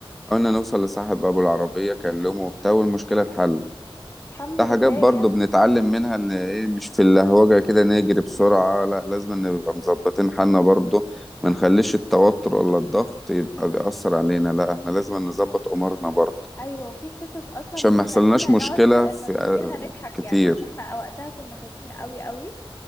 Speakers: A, in the centre; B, on the left.
A: قلنا نوصل لصاحب ابو العربية كلمه وبتاع والمشكلة اتحلت
B: الحمد
A: ده
B: لله
A: حاجات برضو
B: يعني
A: بنتعلم منها ان ايه مش في اللهوجة كده نجري بسرعة لا لازم نبقى مظبطين حالنا برضو ما نخليش التوتر ولا الضغط يبقى بيأثر علينا لا احنا لازم نظبط امورنا برضو
B: ايوه وفي قصص اصلا
A: عشان
B: بتخلينا
A: ما يحصلناش مشكلة
B: نقعد ن-
A: في
B: لما افتكرها
A: آه،
B: نضحك
A: كتير
B: يعني ان احنا وقتها كنا خايفين قوي قوي